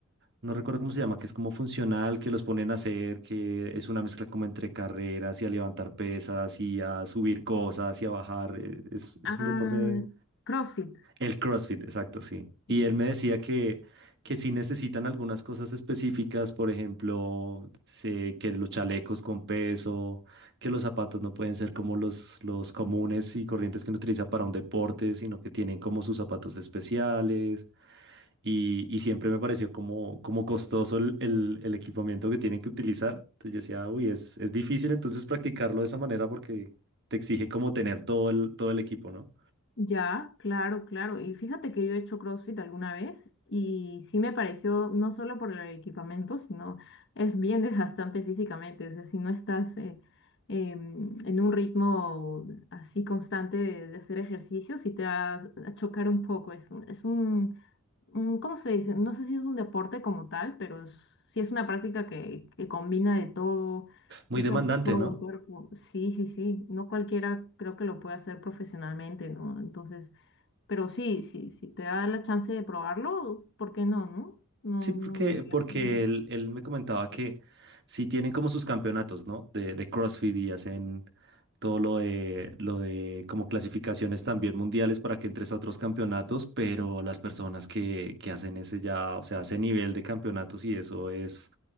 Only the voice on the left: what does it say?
Ah,
CrossFit.
Sí,
sí.
Ya, claro, claro. Y fíjate que yo he hecho CrossFit alguna vez y sí me pareció, no solo por el equipamiento, sino es bien <laughs> desgastante físicamente. O sea, si no estás eh, em, en un ritmo así constante de, de hacer ejercicio, sí te va a chocar un poco. Es, un- es un, mm, ¿Cómo se dice? No sé si es un deporte como tal, pero es- sí es una práctica que, que combina de todo,
usas
todo
el cuerpo. Sí, sí, sí. No cualquiera creo que lo puede hacer profesionalmente, ¿no? Entonces, pero sí, sí, si te da la chance de probarlo, ¿por qué no, no? No,
no debería
problema.